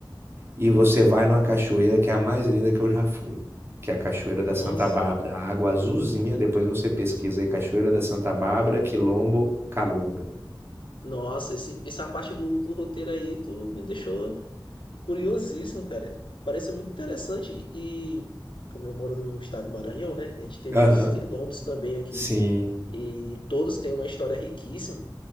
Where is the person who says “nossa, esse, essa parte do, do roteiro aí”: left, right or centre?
Left